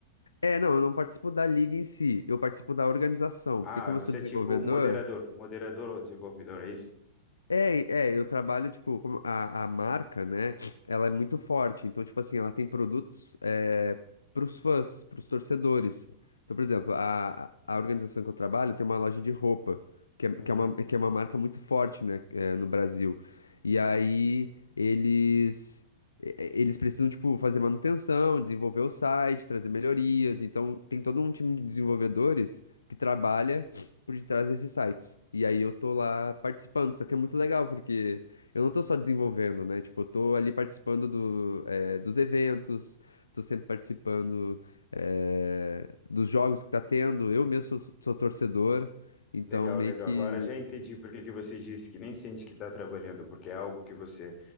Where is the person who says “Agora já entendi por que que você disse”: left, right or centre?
Left